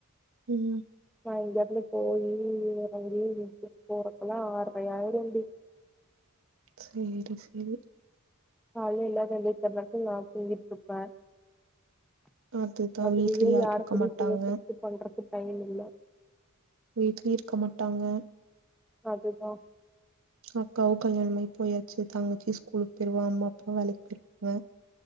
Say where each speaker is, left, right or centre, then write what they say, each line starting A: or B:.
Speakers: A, on the right; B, in the centre.
A: உம்
B: நான் இங்கிருந்து போயி இறங்கி போறக்கெல்லாம் ஆரை ஆய்ரும்டி
A: சேரி சேரி
B: காலைல எல்லாரும் எந்திரிக்கற நேரத்துல நா துங்கிட்டு இருப்பேன்
A: அதுதா
B: அதுலேயே
A: வீட்ல
B: யாரு
A: இருக்க
B: கூடியே
A: மாட்டாங்க
B: பேச்றது பண்றது பயனில்ல
A: வீட்லயு இருக்க மாட்டாங்க
B: அதுதான்
A: அக்காவும் கல்யாண பண்ணி போயாச்சு தாங்கச்சி ஸ்கூலுக்கு போயிருவா அம்மா அப்பா வேலைக்கு போயிருவாங்க